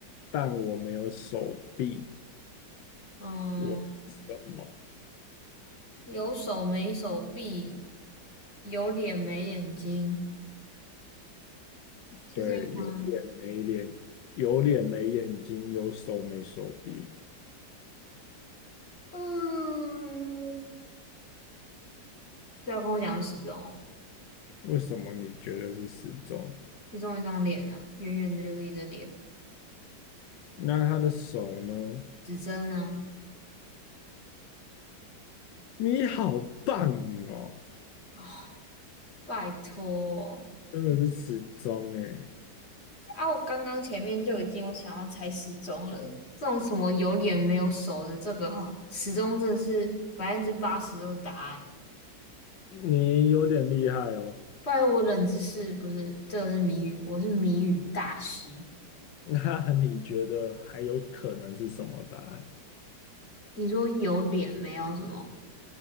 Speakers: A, on the left (about 85°); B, on the left (about 35°).
A: 但我没有手臂。
B: 嗯，
A: 我是什么？
B: 有手没手臂，有脸没眼睛，是这样吗？
A: 对，有脸没脸，有脸没眼睛，有手没手臂。
B: 嗯，不要跟我讲时钟哦。
A: 为什么你觉得是时钟？
B: 就中一张脸啊，圆圆的，就是一只脸，
A: 那他的手呢？
B: 指针啊，
A: 你好棒哦，
B: 啊，拜托
A: 真的是时钟诶，
B: 啊！我刚刚前面就已经有想要猜时钟了，这种什么有脸没有手的，这个哦，时钟真的是百分之八十都是答案。
A: 你有点厉害哦。
B: 不然我冷知识不是，这个是谜语，我是谜语大师。
A: 那你觉得还有可能是什么答案？
B: 你说有脸没有什么？